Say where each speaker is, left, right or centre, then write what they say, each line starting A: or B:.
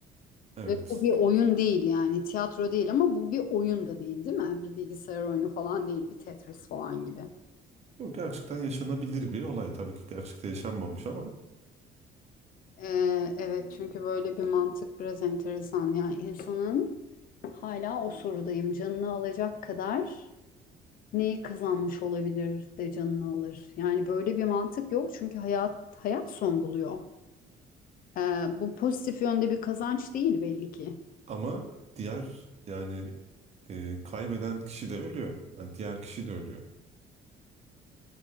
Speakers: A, on the right; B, on the left.
A: Evet.
B: Ve bu bir oyun değil yani tiyatro değil ama bu bir oyun da değil değil mi? Bir bilgisayar oyunu falan değil, bir Tetris falan gibi.
A: Bu gerçekten yaşanabilir bir olay. Tabii ki gerçekte yaşanmamış ama
B: Ee, evet çünkü böyle bir mantık biraz enteresan. Yani insanın hala o sorudayım canını alacak kadar neyi kazanmış olabilir de canını alır. Yani böyle bir mantık yok çünkü hayat hayat son buluyor. Ee, bu pozitif yönde bir kazanç değil belli ki.
A: ama diğer yani e, kaybeden kişi de ölüyor. Yani diğer kişi de ölüyor.